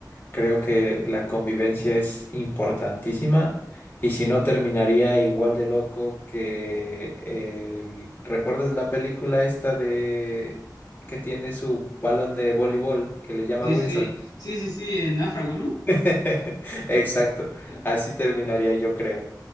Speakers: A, on the left; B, on the left.
A: Creo que la convivencia es importantísima y si no terminaría igual de loco que el- ¿Recuerdas la película esta de que tiene su balón de voleibol que le llama
B: Sí,
A: Wilson?
B: sí, sí, sí, sí, en náufrago, ¿no?
A: <laughs> Exacto,
B: Sí.
A: así terminaría yo creo.